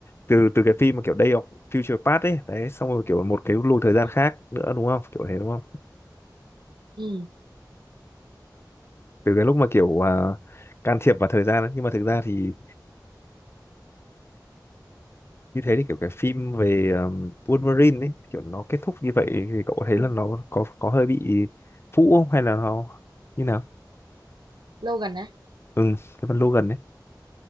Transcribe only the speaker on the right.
ừ,
ừ.
ừ.
Logan á